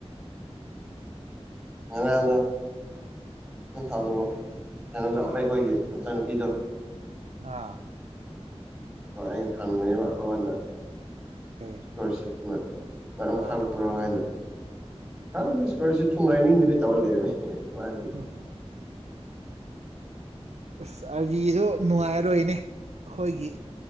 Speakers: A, in the centre; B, on the right.
A: ꯉꯔꯥꯡꯗꯣ ꯅ ꯊꯥꯂꯨ ꯀꯩꯅꯣꯗ ꯑꯄꯩ ꯈꯣꯏꯒꯤ ꯃꯆꯥꯅꯨꯄꯤꯗꯣ
B: ꯑꯥ
A: ꯍꯣꯏ ꯑꯩ ꯍꯪꯕꯅꯦꯕ ꯃꯉꯣꯟꯗ
B: ꯀꯩ
A: ꯄꯥꫪ ꯁꯦꯀꯦꯟ ꯃꯔꯝ
B: ꯑꯥ
A: ꯈꯥꯡꯈꯔꯣ ꯍꯥꯏꯅ ꯑ ꯏꯁꯀꯣꯂꯔꯁꯤꯞ ꯁꯨ ꯉꯥꯏꯅꯤꯡꯗ꯭ꯔꯦ ꯇꯧꯔ ꯂꯩꯔꯅꯤ ꯃꯥꯗꯤ
B: <unintelligible> ꯑꯁ ꯑꯥꯔꯖꯤꯁꯨ ꯅꯨꯡꯉꯥꯏꯔꯣꯏꯅꯦ ꯑꯩꯈꯣꯏꯒꯤ